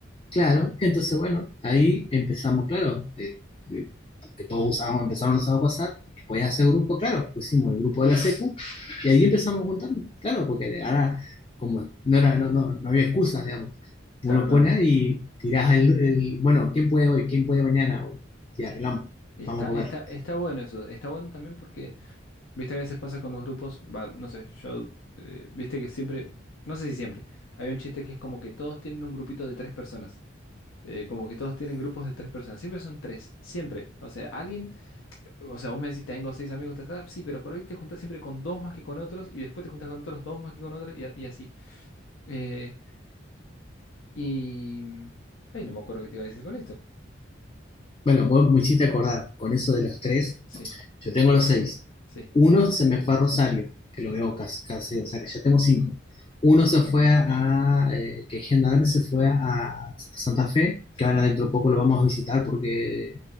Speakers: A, on the left; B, on the left.
A: Claro, entonces bueno, ahí empezamos, claro, eh, eh, que todos usábamos, empezaron a usar WhatsApp, y que podías hacer grupo, claro, pusimos el grupo de la secu y ahí empezamos juntando, claro, porque ahora como no era, no, no, no había excusas, digamos.
B: Claro,
A: Uno
B: no.
A: pone ahí y tirás el, el, bueno, ¿quién puede hoy? ¿Quién puede mañana? Y arreglamos,
B: Y está,
A: vamos a comer.
B: está, está bueno eso. Está bueno también porque Viste, a veces pasa con los grupos, va, no sé, yo, eh, viste que siempre, no sé si siempre, hay un chiste que es como que todos tienen un grupito de tres personas, eh, como que todos tienen grupos de tres personas, siempre son tres, siempre, o sea, alguien, o sea, vos me decís, tengo seis amigos, ta, ta, ta", sí, pero por ahí te juntas siempre con dos más que con otros, y después te juntas con otros dos más que con otros, y, a- y así. Eh, y... Ay, no me acuerdo qué te iba a decir con esto.
A: Bueno, vos me hiciste acordar, con eso de los tres,
B: Sí,
A: yo tengo los seis.
B: sí,
A: Uno se me fue a Rosario, que
B: sí,
A: lo veo casi, casi, o sea que ya tengo cinco. Uno se fue a, a, eh, que es Gendarme se fue a, a Santa Fe,
B: sí,
A: que ahora dentro de poco lo vamos a visitar porque